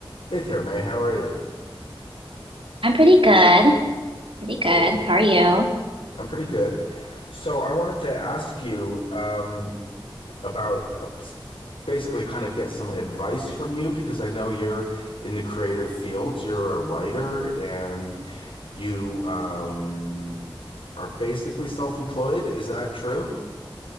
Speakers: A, on the left; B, on the right.
A: Hey, Terme, how are you?
B: I'm pretty good. Pretty
A: Cool.
B: good. How are you?
A: I'm pretty good. So I wanted to ask you um, about uh, s- basically kind of get some advice from you because I know you're in the creative field. You're a writer and you um, are basically self-employed. Is that true?